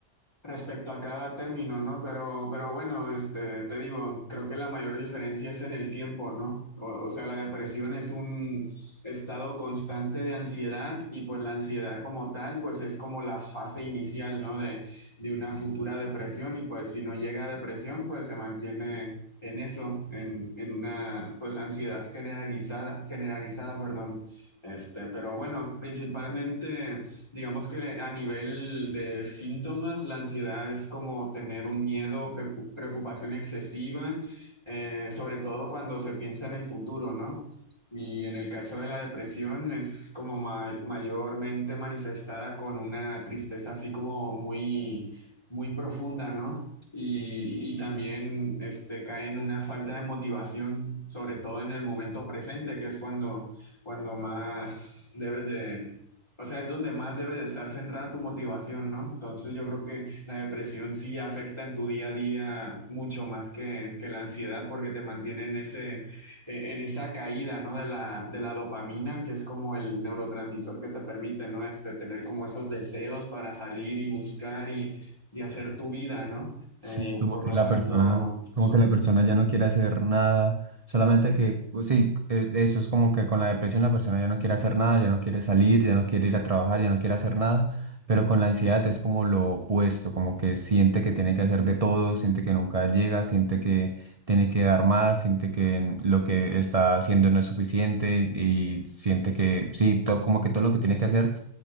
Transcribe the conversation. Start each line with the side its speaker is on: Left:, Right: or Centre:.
Left: respecto a cada término, ¿no? Pero, pero bueno, este, te digo, creo que la mayor diferencia es en el tiempo, ¿no? O, o sea, la depresión es un estado constante de ansiedad y pues la ansiedad como tal, pues es como la fase inicial, ¿no? De, de una futura depresión y pues si no llega a depresión, pues se mantiene en eso, en, en una pues ansiedad generalizada, generalizada, perdón. Este, pero bueno, principalmente... Digamos que a nivel de síntomas, la ansiedad es como tener un miedo, preocu- preocupación excesiva, eh, sobre todo cuando se piensa en el futuro, ¿no? Y en el caso de la depresión es como ma- mayormente manifestada con una tristeza así como muy, muy profunda, ¿no? Y, y también este, cae en una falta de motivación, sobre todo en el momento presente, que es cuando, cuando más debes de o sea, es donde más debe de estar centrada tu motivación, ¿no? Entonces yo creo que la depresión sí afecta en tu día a día mucho más que, que la ansiedad porque te mantiene en ese, e- en esa caída, ¿no? De la, de la dopamina, que es como el neurotransmisor que te permite, ¿no? Este, tener como esos deseos para salir y buscar y, y hacer tu vida, ¿no? Eh,
Right: Sí, como
Left: por
Right: que
Left: lo
Right: la
Left: tanto,
Right: persona, como
Left: so-
Right: que la persona ya no quiere hacer nada, solamente que, pues sí, e- eso es como que con la depresión la persona ya no quiere hacer nada, ya no quiere salir, ya no quiere ir a trabajar, ya no quiere hacer nada, pero con la ansiedad es como lo opuesto, como que siente que tiene que hacer de todo, siente que nunca llega, siente que tiene que dar más, siente que lo que está haciendo no es suficiente y siente que, sí, to- como que todo lo que tiene que hacer,